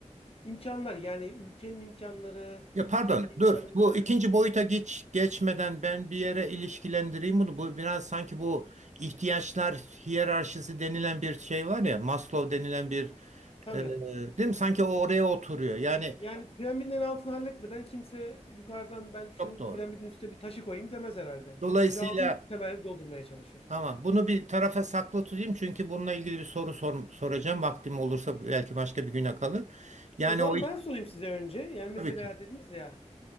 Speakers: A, on the left; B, on the right.
A: imkanlar yani ülkenin imkanları,
B: Ya pardon,
A: kendi
B: dur.
A: imkanları.
B: Bu ikinci boyuta geç geçmeden ben bir yere ilişkilendireyim bunu. Bu biraz sanki bu ihtiyaçlar hiyerarşisi denilen bir şey var ya, Maslow denilen bir
A: Tabii.
B: e, değil mi? Sanki o oraya oturuyor. Yani
A: Yani piramidin en altını halletmeden kimse yukarıdan ben şu
B: çok doğru.
A: piramidin üstüne bir taşı koyayım demez herhalde.
B: Dolayısıyla
A: Yani önce altın temelini doldurmaya çalışır.
B: tamam bunu bir tarafa saklı tutayım çünkü bununla ilgili bir soru sor- soracağım. Vaktim olursa belki başka bir güne kalır. Yani
A: O zaman
B: o
A: ben sorayım size önce. Yani mesela
B: tabii ki.
A: dediniz ya